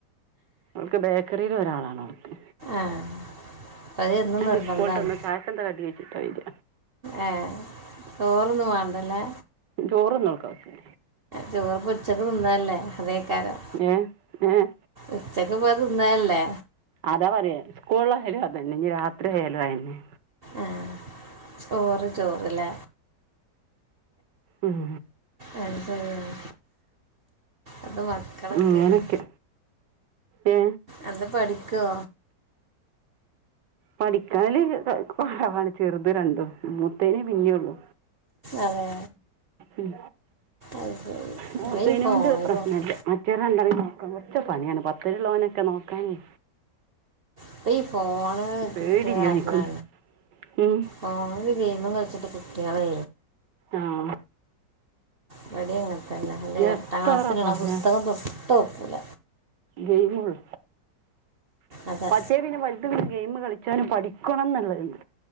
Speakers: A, on the right; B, on the right.
A: അവൾക്ക് ബേക്കറിൽ ഒരാളാണോ അവക്ക്
B: ആഹ് അപ്പം അത് എന്നും
A: എൻ
B: നിർബന്ധമാണ്
A: സ്കൂളിട്ട് വന്നിട്ട് ചായക്കെന്താ കടി വെച്ചിട്ടാ വരി
B: ഏ ചോറൊന്നും വേണ്ടല്ലേ
A: ചോറുംന്നും നക്കാവശ്യ
B: ചോറ് പൊരിച്ചെക്കെ തിന്നേല്ലേ അതേക്കാരം
A: ഏ ഏ
B: ഉച്ചക്ക് പോയി തിന്നേല്ലെ
A: അതാ പറയാ സ്കൂളിലായാല് അതന്നെ ഇനി രാത്രി ആയാലും അതന്നെ
B: ആ ചോറ് ചോറല്ലേ
A: ഉം
B: അ ശരിയാണ് അത് മക്കളൊക്കേനു
A: അങ്ങനൊക്കെ ഏ
B: എന്ത പഠിക്കോ
A: പഠിക്കണതില് കൊറവാണ് ചെറുത് രണ്ടും മൂത്തേനേ പിന്നേള്ളു
B: അതെ
A: ഉം
B: അത് ശരി
A: മൂത്തേനെ
B: അപ്പം ഈ ഫോണിൽ
A: കൊണ്ട് പ്രശ്നില്ല
B: നോക്കും
A: മറ്റേരണ്ടേരേം നോക്കാൻ കൊറച്ച് പണിയാണ് പത്തിലുള്ളോനൊക്കെ നോക്കാനേ
B: അപ്പ ഈ ഫോണ്കിട്ടിയാ
A: പേടില്ല എനിക്കൊന്നും
B: പിന്നെ
A: ഉം
B: ഫോണിൽ ഗെയിമും കളിച്ചിട്ട് കുട്ട്യാളെ
A: ആഹ്
B: ഇവിടീം അങ്ങനത്തെന്നെ പിന്നെ
A: എത്ര
B: എട്ടാം ക്ലാസ്സിലുള്ള
A: പറഞ്ഞ
B: പുസ്തകം തൊട്ട് നോക്കൂല
A: ഗെയിമോള്ളു
B: അതെ
A: മറ്റേ പിന്നെ പടി ക്കും ഗെയിം കളിച്ചാലും പഠിക്കണം എന്നുള്ളത്ണ്ട്